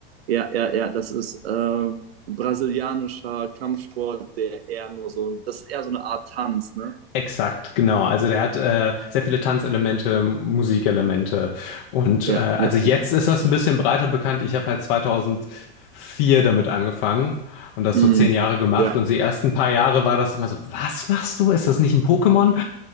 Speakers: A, on the right (about 80°); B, on the left (about 60°).
A: ja, ja, ja, das ist ähm, brasilianischer Kampfsport, der eher nur so, das ist eher so eine Art Tanz, ne?
B: Exakt, genau. Also der hat äh, sehr viele Tanzelemente, Musikelemente. Und
A: Ja,
B: äh, also
A: ja,
B: jetzt ist das ein bisschen breiter bekannt. Ich habe halt 2004 damit angefangen und das
A: hm,
B: so zehn Jahre gemacht.
A: ja,
B: Und die ersten paar Jahre war das immer so, was machst du? Ist das nicht ein Pokémon?